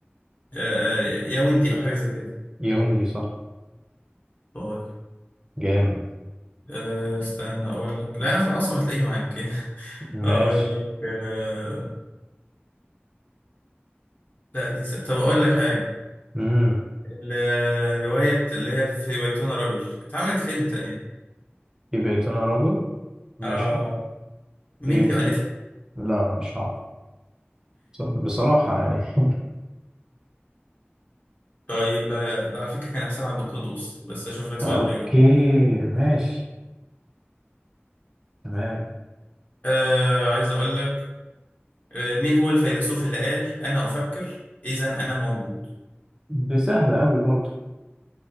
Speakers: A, on the left; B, on the right.
A: آه آه يا ويندي او حاجه زي كده
B: ياوندي صح
A: طيب
B: جامد
A: آه استنى اقول لك لا انا في العاصمه هتلاقيني معاك <laughs>
B: ماشي
A: اقول لك آه لا دي س... طب اقول لك حاجه
B: امم
A: الروايه اللي هي في بيتنا رجل اتعملت فيلم تقريبا
B: يبقى يا ترى رجل ماشي
A: اه آه، آه. مين
B: ايه
A: اللي مؤلفها
B: لا مش عارف بص- بصراحة يعني <laughs>
A: طيب آه، ده على فكره كان احسان عبد القدوس بس اشوف لك سؤال
B: اوكي
A: غيره
B: ماشي تمام
A: آه عايز اقول لك آه مين هو الفيلسوف اللي قال انا افكر اذا انا موجود
B: دي سهلة قوي برضه